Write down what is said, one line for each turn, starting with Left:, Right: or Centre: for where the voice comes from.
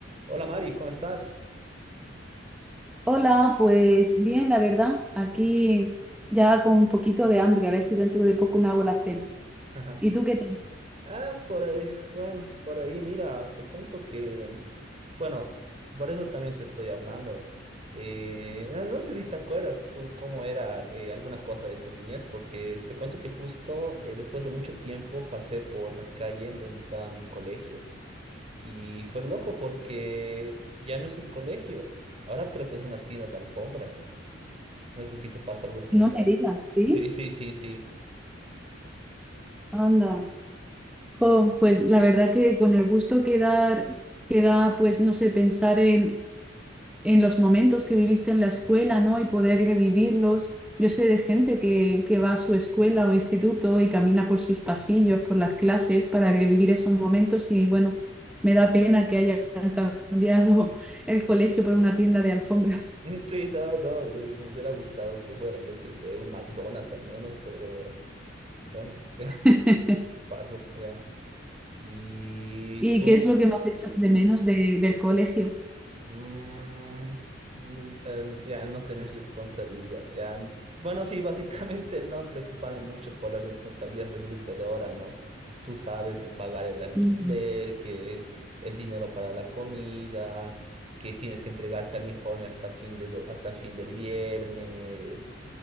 Right: Hola Mari, ¿cómo estás?
Centre: Hola, pues bien, la verdad, aquí ya con un poquito de hambre, a ver si dentro de poco me hago la cena.
Right: <laughs>
Centre: ¿Y tú qué tal?
Right: Ah, por ahí, bueno, por ahí, mira, te cuento que, bueno, por eso también te estoy hablando. Eh, no, no sé si te acuerdas tú cómo era eh, alguna cosa de tu niñez, porque te cuento que justo eh, después de mucho tiempo pasé por la calle en donde estaba mi colegio y fue loco porque ya no es un colegio, ahora creo que es una tienda de alfombras. No sé si te pasa algo similar.
Centre: No me digas, ¿sí?
Right: Sí, sí, sí, sí.
Centre: Anda. Jo, pues la verdad que con el gusto que dar, que da, pues no sé, pensar en, en los momentos que viviste en la escuela, ¿no? Y poder revivirlos. Yo sé de gente que, que va a su escuela o instituto y camina por sus pasillos, por las clases, para revivir esos momentos y bueno, me da pena que hayan <laughs> cambiado el colegio por una tienda de alfombras.
Right: <laughs> Sí, no, no, eh, me hubiera gustado que fuera, yo que sé, un McDonald's al menos, pero bueno, <laughs>
Centre: <laughs>
Right: paso, ya. ¿Y
Centre: ¿Y
Right: tú?
Centre: qué es lo que más echas de menos de- del colegio?
Right: Mm, mm, el, ya, el no tener responsabilidad. ya, n- Bueno, sí, <laughs> básicamente el no preocuparme mucho por las responsabilidades de adulto de ahora, ¿no? Tú sabes, el pagar el alquiler,
Centre: Ujú.
Right: que el dinero para la comida, que tienes que entregar tal informe hasta fin de, do- hasta fin del viernes.